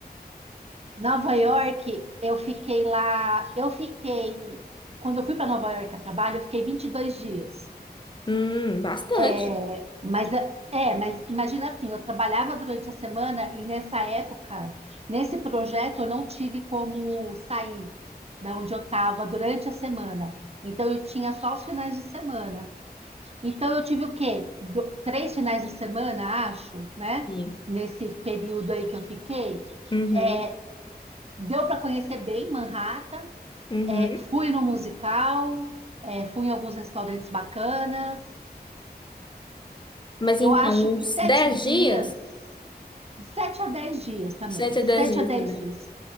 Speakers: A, on the right; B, on the left.
A: Nova York, eu fiquei lá. Eu fiquei. Quando eu fui para Nova York a trabalho, eu fiquei 22 dias.
B: Hum, bastante.
A: É, mas é, mas imagina assim, eu trabalhava durante a semana e nessa época, nesse projeto, eu não tive como sair da onde eu estava durante a semana. Então eu tinha só os finais de semana. Então eu tive o quê? Do- três finais de semana, acho, né?
B: Uhum.
A: Nesse período aí que eu fiquei.
B: Uhum.
A: É, deu para conhecer bem Manhattan.
B: Uhum.
A: É, fui no musical, é, fui em alguns restaurantes bacanas.
B: Mas
A: Eu
B: então,
A: acho que
B: uns
A: sete
B: 10
A: dias.
B: dias?
A: De 7 a 10 dias também.
B: sete
A: De
B: a dez
A: 7
B: dias
A: a 10
B: também.
A: dias.